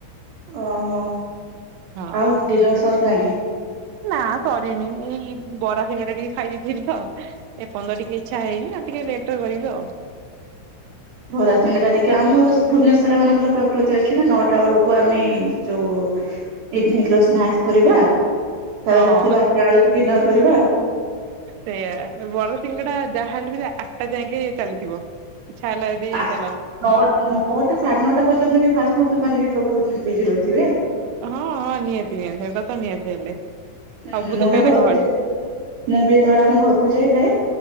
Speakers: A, on the right; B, on the right.
A: ଓହୋ
B: ହଁ।
A: ଆଉ ଡିନର୍ ସରିଲାଣି।
B: ନା ସରିନି ଏଇ ବରା ଶିଙ୍ଗଡା ଟିକିଏ ଖାଇ ଦେଇେଇଥିଲି ତ। ଏ ପଯ୍ୟନ୍ତ ଟିକେ ଇଛା ହେଇନି ଆଉ ଟିକେ ଲେଟ ରେ କରିବି ଆଉ।
A: ବରାସିଙ୍ଗ ଟା ଟିକେ ଆମ ଭୁବନେଶ୍ୱର ମାନଙ୍କର ପ୍ରକୃତି ଅଛି ନା ନଅଟା ବେଳକୁ ଆମେ ଯୋଉ ଇଭିନିଂ ର ସ୍ନାକ୍ସ କରିବା ତାପରେ
B: ହଁ
A: ରାତି ବାରଟା ବେଳକୁ ଡିନର କରିବା।
B: ସେଇୟା ବରା ସିିଙ୍ଗଡା ଯାହାହଲେ ବି ସେ ରାତି ଆଠଟା ଯାଇଏ ଚାଲିଥିବ। ଇଚ୍ଛା ହେଲା ଯଦି
A: ଆ
B: ଚାଲ
A: ନ ନଅଟା ସାଢେ ନଅଟା ପର୍ଯ୍ୟନ୍ତ ବି ଫାଷ୍ଟ ଫୁଡ ଦୋକାନରେ ବି ଲୋକ <unintelligible> ବି ଜି ରହିଥିବେ।
B: ହଁ ହଁ ନିହାତି ନିହାତି ସେଟା ତ ନିହାତି ହେଲେ। ସବୁ
A: ହୁଁ ମୁଁ
B: ଦୋକାନ
A: ବି ଘ
B: ଗହଳି
A: ଯେ ମୁଁ ବି ଯେତେବେଳେ ଆମ ଘରକୁ ଯାଇଥାଏ